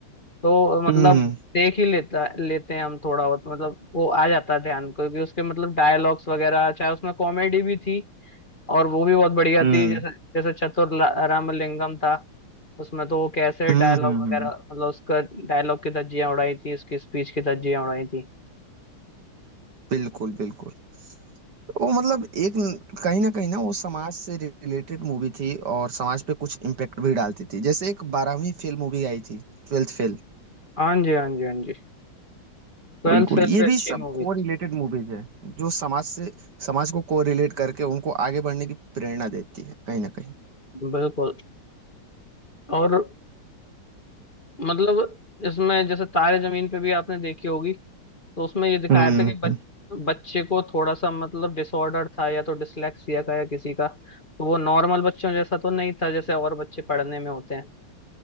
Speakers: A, on the left; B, on the right.
A: तो मतलब
B: हम्म
A: देख ही लेता लेते हैं हम थोड़ा बहुत मतलब वो आ जाता है ध्यान क्योंकि उसके मतलब डायलॉग्स वगैरह चाहे उसमें कॉमेडी भी थी और वो भी बहुत बढ़िया
B: हम्म
A: थी जैसे जैसे चतुर ला- रामलिंगम था उसमें तो वो कैसे
B: हम्म
A: डायलॉग
B: हम्म
A: वगैरह
B: हम्म,
A: मतलब उसका डायलॉग की धज्जियां उड़ाई थी उसकी स्पीच की धज्जियां उड़ाई थी
B: बिल्कुल बिल्कुल वो मतलब एक न- कहीं ना कहीं ना वो समाज से रिलेटेड मूवी थी और समाज पे कुछ इम्पेक्ट भी डालती थी जैसे एक बारहवीं फेल मूवी आई थी ट्वेल्थ फेल
A: हाँ जी हाँ जी हाँ जी ट्वेल्थ
B: बिल्कुल
A: फेल
B: ये
A: भी
B: भी
A: अच्छी
B: सब
A: मूवी
B: को
A: थी
B: रिलेटेड मूवीज है जो समाज से समाज को को रिलेट करके उनको आगे बढ़ने की प्रेरणा देती है कहीं ना कहीं
A: बिल्कुल और मतलब इसमें जैसे तारे जमीन पे भी आपने देखी होगी तो उसमें ये दिखाया
B: हम्म
A: था कि बच, बच्चे को थोड़ा सा मतलब डिसऑर्डर था या तो डिसलेक्सिया का या किसी का तो वो नॉर्मल बच्चों जैसा तो नहीं था जैसे और बच्चे पढ़ने में होते हैं